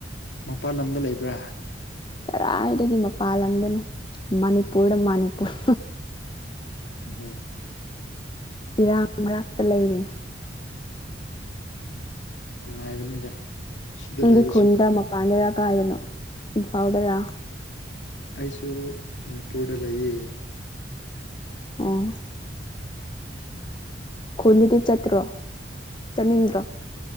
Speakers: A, on the left; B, on the left.
A: ꯃꯄꯥꯟ ꯂꯝꯗ ꯂꯩꯕ꯭ꯔꯥ
B: ꯀꯗꯥꯏꯗꯒꯤ ꯃꯄꯥꯥꯟ ꯂꯝꯗꯅꯣ ꯃꯅꯤꯄꯨꯔꯗ ꯃꯅꯤꯄꯨꯔ
A: ꯑꯨꯝ
B: ꯏꯔꯥꯡ ꯃꯔꯥꯛꯛꯇ ꯂꯩꯔꯤ
A: ꯅꯨꯡꯉꯥꯏꯕꯅꯤꯗ ꯁꯤꯗ
B: ꯅꯪꯗꯤ
A: ꯂꯩꯕꯁꯨ
B: ꯈꯨꯟꯗ ꯃꯄꯥꯟꯗꯔ ꯀꯥꯏꯔꯅꯣ ꯏꯝꯐꯥꯜꯗꯔꯥ
A: ꯑꯩꯁꯨ ꯃꯅꯤꯄꯨꯔꯗ ꯂꯩꯌꯦ
B: ꯑꯣ ꯈꯨꯜꯗꯗꯤ ꯆꯠꯇ꯭ꯔꯣ ꯆꯠꯅꯤꯡꯗ꯭ꯔꯣ